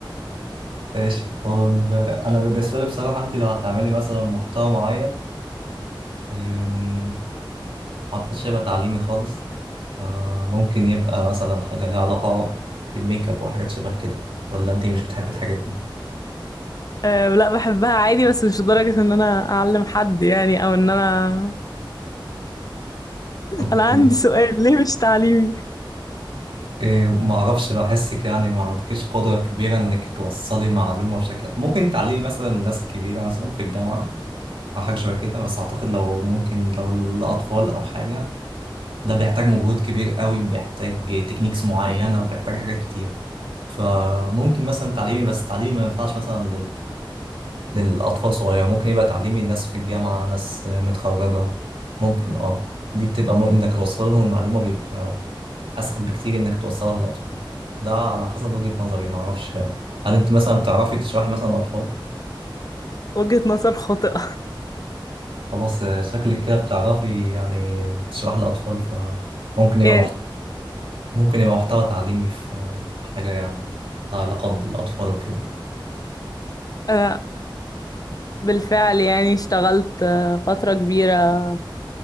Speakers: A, on the right (about 80°); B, on the left (about 45°).
A: ماشي طب آه، انا بالنسبة لي بصراحة انت لو هتعملي مثلا محتوى معين أم، ما أعتقدش هيبقى تعليمي خالص آه، ممكن يبقى مثلا حاجة ليها علاقة بالميك اب وحاجات شبه كده ولا أنتي مش بتحبي الحاجات دي؟
B: أه لا بحبها عادي بس مش لدرجة ان انا اعلم حد يعني او ان انا
A: أوكي
B: انا عندي سؤال ليه مش تعليمي
A: إيه، ما أعرفش بحسك يعني ما عندكيش قدرة كبيرة إنك توصلي معلومة بشكل ممكن تعلمي مثلا ناس كبيرة مثلا في الجامعة أو حاجة شبه كده بس أعتقد لو ممكن لو الأطفال أو حاجة ده بيحتاج مجهود كبير قوي بيحتاج تكنيكس معينة وبيحتاج حاجات كتير فممكن مثلا تعليمي بس تعليمي ما ينفعش مثلا للأطفال صغيرة ممكن يبقى تعليمي الناس في الجامعة ناس متخرجة ممكن اه دي بتبقى مو إنك توصل لهم المعلومة بيبقى أسهل بكتير إنك توصلها للأطفال ده على حسب وجهة نظري معرفش يعني هل أنت مثلا بتعرفي تشرحي مثلا للأطفال؟
B: وجهة نظر خاطئة
A: خلاص آه، شكلك كده بتعرفي يعني تشرحي للأطفال فممكن يبقى
B: <laughs> يعني
A: محت... ممكن يبقى محتوى تعليمي في في حاجة يعني لها علاقة بالأطفال وكده
B: أنا بالفعل يعني اشتغلت آه، فترة كبيرة